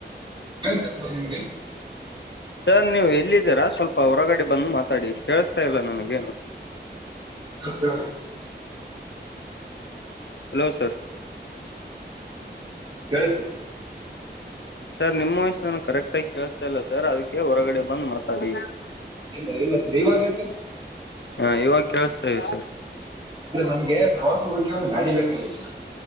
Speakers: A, on the right (about 25°); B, on the left (about 75°).
A: ಕೇಳಿಸ್ತಿಲ್ಲನಿಮಗೆ
B: ಸರ್ ನೀವು ಎಲ್ಲಿದ್ದೀರಾ ಸ್ವಲ್ಪ ಹೊರಗಡೆ ಬಂದು ಮಾತಾಡಿ ಕೇಳಸ್ತಾ ಇಲ್ಲ ನನಗೇನು
A: ಹ
B: ಹಲೋ ಸರ್
A: ಕೇಳತ್ತು
B: ಸರ್ ನಿಮ್ಮ ವಯಸ್ಸ ನಾನು ಕರೆಕ್ಟಾಗಿ ಕೇಳಸ್ತಾ ಇಲ್ಲ ಸರ್ ಅದಕ್ಕೆ ಹೊರಗಡೆ ಬಂದು ಮಾತಾಡಿ
A: ಇಲ್ಲ ಇಲ್ಲ ಸರ್ ಇವಾಗ ಸರ್
B: ಹಾ ಇವಾಗ ಕೇಳಸ್ತಾ ಇದೆ ಸರ್
A: ಸರ್ ನಮ್ಗೆ ಪ್ರವಾಸ ಹೋೋಗಿಕೆ ಒಂದು್ ಗಾಡಿ ಬೇಕಾಗಿತ್ತು